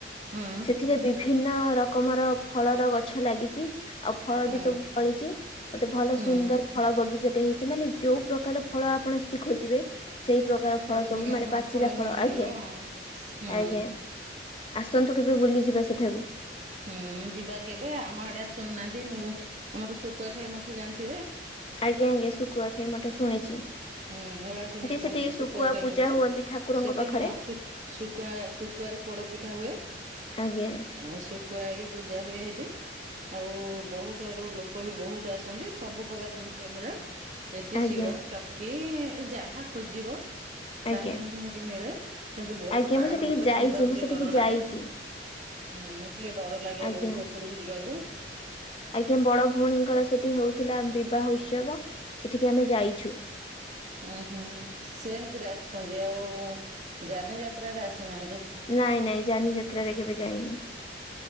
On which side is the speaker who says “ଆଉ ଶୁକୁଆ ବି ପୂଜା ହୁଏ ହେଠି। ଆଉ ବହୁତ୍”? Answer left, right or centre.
Right